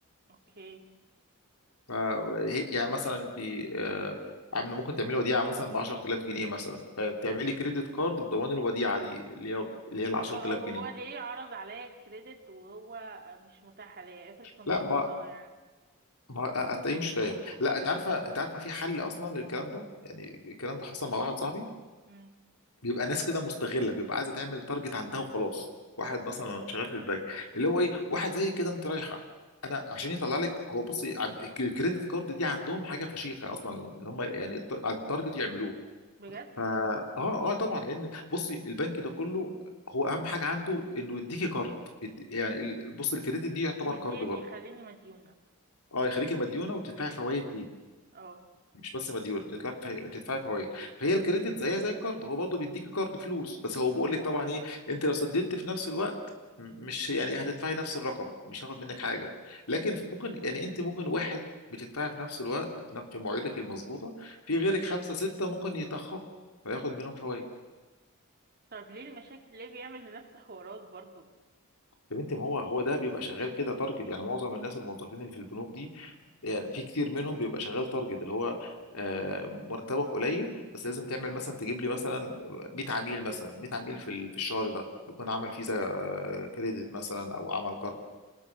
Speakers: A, on the right; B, on the left.
A: اوكي
B: ما- هي- يعني مثلا انت آه، عم- ممكن تعملي وديعه مثلا ب 10000 جنيه مثلا فتعملي كريدت كارد بضمان الوديعه دي اللي هي اللي هي ال
A: طب
B: 10000
A: ما هو
B: جنيه
A: ليه عرض عليا الكريدت وهو مش متاح ليا افرض كنت
B: لا
A: اخترتها
B: ما
A: يعني
B: ما هتلاقيه مش فاهم لا انت عارفه انت عارفه في حل اصلا للكلام ده يعني الكلام ده حصل مع واحد صاحبي
A: امم
B: بيبقى ناس كده مستغله بيبقى عايزه تعمل تارجت عندها وخلاص واحد
A: اه
B: مثلا شغال في البنك اللي هو ايه واحد زي كده انت رايحه انا عشان يطلع لك هو بصي عن- الكريدت كارد دي عندهم حاجه فشيخه اصلا اللي هم يعني الت- على التارجت يعملوه
A: بجد
B: فا اه اه طبعا لان بصي البنك ده كله هو اهم حاجه عنده انه يديكي كارد يد- يعني ال- بص الكريدت دي يعتبر
A: يديني
B: كارد برضه
A: خليني مديونة
B: اه يخليكي مديونه وتدفعي فوائد ليه
A: اه
B: مش بس مديونه تدفعي تدفعي فوائد فهي الكريدت زيها زي الكارد هو برضه بيديكي كارد فلوس بس هو
A: مم.
B: بيقول لك طبعا ايه انت لو سددت في نفس الوقت م- مش يعني هتدفعي نفس الرقم مش هاخد منك حاجه لكن ممكن يعني انت ممكن واحد بتدفعي في نفس الوقت في نفس في مواعيدك المظبوطه في
A: مم.
B: غيرك خمسه سته ممكن يتاخروا فياخد منهم فوائد
A: طب ليه المشاكل ليه بيعمل لنفسه حوارات برضو
B: يا بنتي ما هو هو ده بيبقى شغال كده تارجت يعني معظم الناس الموظفين اللي في البنوك دي يعني في كتير منهم بيبقى شغال تارجت اللي هو آه، مرتبك قليل بس لازم تعمل مثلا تجيب لي مثلا 100 عميل مثلا 100 عميل
A: آه.
B: في ال- في الشهر ده يكون عمل فيزا آه، كريدت مثلا او عمل كارد